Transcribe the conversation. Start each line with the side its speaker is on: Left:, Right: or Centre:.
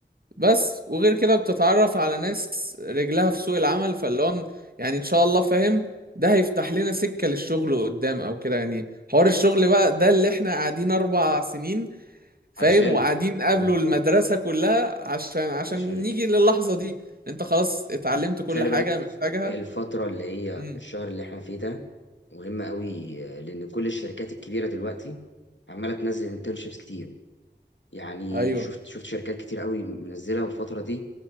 Right: بس وغير كده بتتعرف على ناس رجلها في سوق العمل فاللي هو يعني ان شاء الله فاهم ده هيفتح لنا سكة للشغل قدام او كده يعني حوار الشغل بقى ده اللي احنا قاعدين اربع سنين فاهم
Left: علشانه
Right: وقاعدين
Left: فعلا،
Right: قابلوا المدرسة
Left: اه
Right: كلها عشان عشان
Left: علشانه
Right: نيجي للحظة دي انت خلاص اتعلمت كل
Left: خلي
Right: حاجة
Left: بالك
Right: محتاجها
Left: الفترة اللي هي
Right: امم
Left: الشهر اللي احنا فيه ده مهمة قوي لأن كل الشركات الكبيرة دلوقتي عمالة تنزل انترنشيبس كتير يعني
Right: ايوه
Left: شفت شفت شركات كتير قوي منزلة الفترة دي